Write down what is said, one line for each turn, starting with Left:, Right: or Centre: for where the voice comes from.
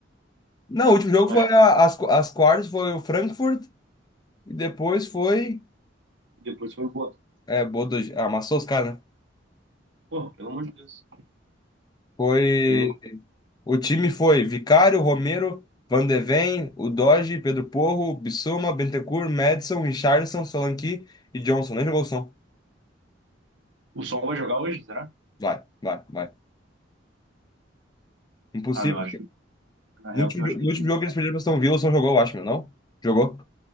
Left: Não, o último jogo
Right: acho
Left: foi a- as, qu- as quartas, foi o Frankfurt. E depois foi.
Right: que depois foi o Bodo.
Left: É, Bodo, ah, amassou os caras, né?
Right: Pô, pelo amor de Deus.
Left: Foi.
Right: Ele nem-
Left: O time foi Vicário, Romero, Van de Ven, o Doge, Pedro Porro, Bissuma, Bentancur, Madison, Richarlison, Solanke e Johnson. Nem jogou o som.
Right: O som vai jogar hoje, será?
Left: Vai, vai, vai. Impossível.
Right: Ah, meu, acho que, na
Left: No
Right: real,
Left: último,
Right: que eu acho
Left: jo-
Right: que
Left: no
Right: o time
Left: último
Right: do
Left: jogo que eles perderam pra Aston Villa, só jogou, eu acho, não? Jogou.